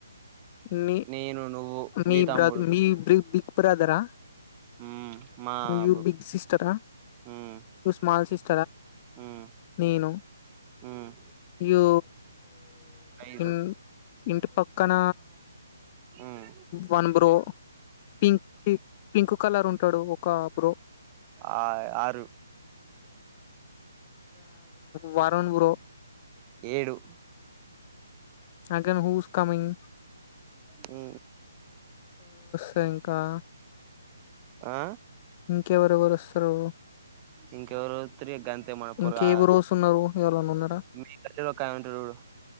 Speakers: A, on the left; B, on the right.
A: మీ
B: నేను నువ్వు
A: మీ
B: తమ్ముడు
A: బ మీ్రి దిక్బ్రాదరా
B: మ్మ్ మా
A: యూ
B: బు
A: బిగ్ సిస్టర్
B: మ్మ్
A: స్మల్ సిస్
B: మ్మ్
A: నేను
B: మ్మ్
A: ఇయ్యో
B: ఐదు
A: ఇ ఇంటి పక్కన
B: మ్మ్
A: one bro pink pink colour ఉంటాడు ఒక బ్రో
B: ఆ ఆరు
A: వారన్ బ
B: ఏడు
A: అగెన్ హూస్ కమింగ్
B: ఉ
A: తంకా
B: ఆ
A: ఇంకెవరెవరు వస్తారు
B: ఇక త గంతి మన పర్గా
A: ఇంకే బ్రోస్ ఉన్నారు ఎవరన్నా ఉన్నారా
B: మీ కట్టంట జోడు